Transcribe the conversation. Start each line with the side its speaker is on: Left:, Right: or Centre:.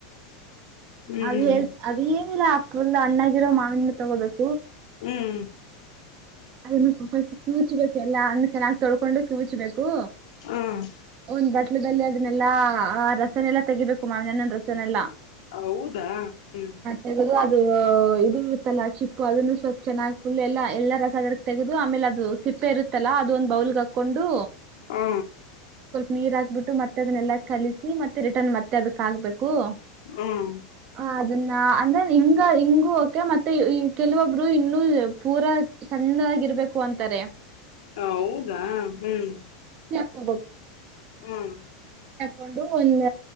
Left: ಹ್ಮ್
Right: ಅದ ಹೇಳ ಅದ ಇಲ್ಲ ಆ ಫುಲ್ ಅಣ್ಣಾಗಿರೋ ಮಾವಿನ ತೊಗೋಬೇಕು
Left: ಹ್ಮ್
Right: ಅದನ್ನುಸ್ಟ್ ಕ್ಯೂಚ್ಬೇಕು ಎಲ್ಲ ಅನ್ನ ಚೆನ್ನಾಗಿ ತೊಳ್ಕೊಂಡು ಕ್ಯೂಚ್ಬೇಕು ಕೂ
Left: ಹ್ಮ್ ಹ್ಮ್
Right: ಅವ್ನ್ ಬಟ್ ಮಕ್ಕದಲ್ಲಿ ಅದನ್ನೆಲ್ಲಾ ಆ ರಸನೆಲ್ಲ ತಗಿಬೇಕು ಮಾವಿನಹಣ್ಣಿನ ರಸನೆಲ್ಲಾ
Left: ಹೌದಾ ಹ್ಮ
Right: ತೆಗೆದು ಇದು ಇರುತ್ತಲ್ಲ ಚಿಪ್ಪು ಅದನ್ನು ಸ್ವಲ್ಪ್ ಚೆನ್ನಾಗ್ ಫುಲ್ ಎಲ್ಲ ಎಲ್ಲ ರ ತೆೆಗೆದು ಆಮೇಲೆ ಅದು ಸಿಪ್ಪೆ ಇರುತ್ತಲ್ಲ ಅದು ಒಂದ ಬೌಲ್ಗೆ ಹಾಕೊಂಡು
Left: ಹಾ
Right: ನೀರ್ ಹಾಕ್ಬಿಟ್ಟು ಮತ್ತೆ ಅದನ್ನೆಲ್ಲಾ ಕಲಿಸಿ ಮತ್ತೆ ರಿಟರ್ನ್ ಮತ್ತೆ ಅದಕ್ ಆಗ್ಬೇಕು ಹು
Left: ಹ್ಮ್
Right: ಹಾ ಅದು ಹ ಅಂದ್ರೆ ಹಿಂಗ ಹಿಂಗೂ ಕೆ ಮತ್ತೆ ಕೆಲವೊಬ್ರು ಇನ್ನುೂ ಪೂರಾ ಚಂದಾಗಿರ್ಬೇಕು ಅಂತಾರೆ
Left: ಹ ಹೌದಾ ಹ್ಮ್
Right: ಬೇಕು
Left: ಹ್ಮ
Right: ಕೊಂಡು ಒಂದ